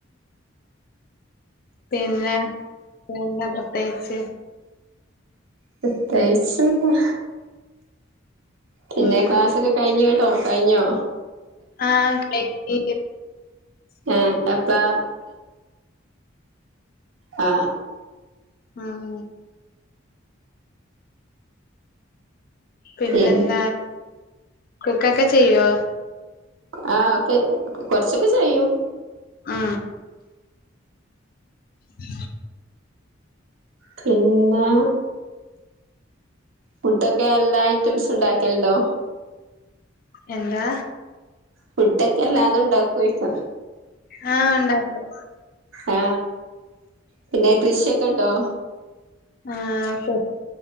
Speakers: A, on the left; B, on the right.
A: പിന്നെ എന്താ പ്രത്യേകിച്ച്
B: പ്രേത്യേകിച്ചെന്താ പിന്നെ
A: ഉം
B: ക്ലാസോക്കെ കഴിഞ്ഞ് കേട്ടോ കഴിഞ്ഞോ
A: ആ കഴിഞ്ഞ് <unintelligible>
B: ആ എപ്പാ ആ
A: ഉം ഉ പിന്നെന്താ
B: പി
A: കുക്കൊക്കെ ചെയ്യോ
B: ആ ഒക്കെ കൊറച്ചൊക്കെ ചെയ്യും
A: ആ ഉ
B: പിന്നെ ഫുഡൊക്കെ എല്ലാ ഐറ്റംസ് ഇണ്ടാക്കല്ണ്ടോ
A: എന്താ
B: ഫുഡൊക്കെ എല്ലാതും ഇണ്ടാക്കോയ്ച്ചാ
A: ആഹ് ഉണ്ടാക്കും
B: ആ പിന്നെ കൃഷിയെ ണ്ടോ
A: ആ <unintelligible>